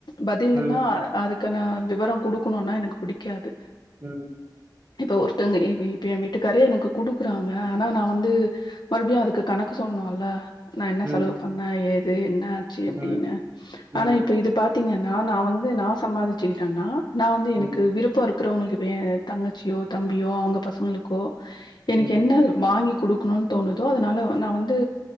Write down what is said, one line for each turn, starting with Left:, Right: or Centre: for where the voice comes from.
Left: பதில்ன்னா
Right: ம்,
Left: அதுக்கான விவர குடுக்கணுனா எனக்கு பிடிக்காது
Right: ம்
Left: இப்ப ஒருத்தங்க இப்ப எ வீட்டுக்காரு எனக்கு குடுக்குறாங்க ஆனா நா வந் து மறுடியு அதுக்கு கணக்கு சொல்லணுல நா என்ன
Right: ம்,
Left: செலவு பண்ணே ஏது என்ன சு அப்டினு
Right: ம், ம்,
Left: ஆனா இப்ப இது பாத்தீங்கன்னா நா வந்து நா சம்பாதிச்சுக்கிட்டன்னா நா வந்து
Right: ம்,
Left: எனக்கு விருப்ப இருக்கிறவங்களுக்கு இப்ப யெ தங்கச்சியோ தம்பியோ அவங்க பசங்களுக்கோ எனக்கு
Right: ம்.
Left: என்ன வாங்கி குடுக்கணுனு தோணுதோ அதனால நா வந்து